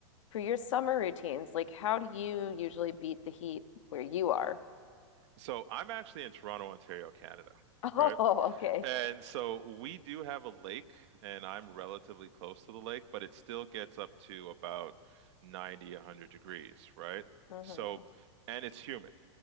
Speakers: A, on the left; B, on the right.
A: for your summer routines, like how do you usually beat the heat where you are? <laughs>
B: So I'm actually in Toronto, Ontario, Canada,
A: Oh,
B: right?
A: okay.
B: And so we do have a lake, and I'm relatively close to the lake, but it still gets up to about 90, 100 degrees, right?
A: hmm
B: So, and it's humid.